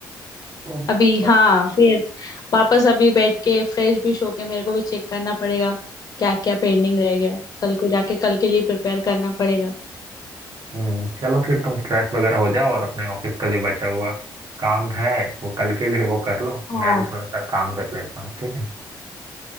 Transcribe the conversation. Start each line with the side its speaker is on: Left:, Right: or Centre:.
Right: तो
Left: अभी
Right: ब-
Left: हाँ फिर वापस अभी बैठ के फ्रेश भी होके मेरे को भी चेक करना पड़ेगा क्या क्या पेंडिंग रह गया कल को जाके कल के लिए प्रिपेयर करना पड़ेगा
Right: हम्म, चलो फिर तुम फ्रेश वगैरह हो जाओ और अपने ऑफिस का जो बचा हुआ काम है वो कल के लिए वो कर लो
Left: हाँ
Right: मैं भी थोड़ा सा काम कर लेता हूँ ठीक है